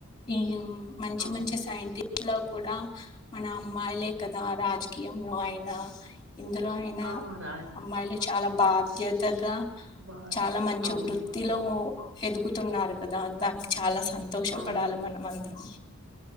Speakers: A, on the left; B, on the right.
A: ఈ మంచి
B: అవును.
A: మంచి సైంటిస్ ఇట్ లో కూడా మన అమ్మాయిలే కదా రాజకీయంలో అయినా ఇందులో అయినా
B: ఆ! రాజ్
A: అమ్మాయిలు చాలా బాధ్యత గా
B: బాత్
A: చాలా మంచి
B: అవును.
A: వృత్తిలో ఎదుగుతున్నారు కదా దానికి చాలా సంతోషపడాలి
B: అవును.
A: మనమ అందరం